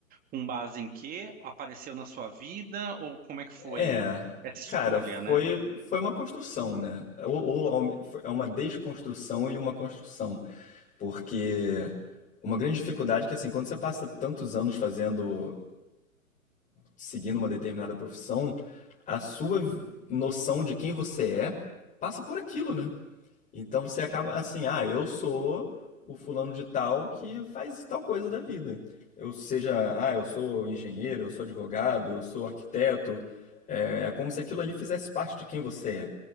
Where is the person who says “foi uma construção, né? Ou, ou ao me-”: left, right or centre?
Left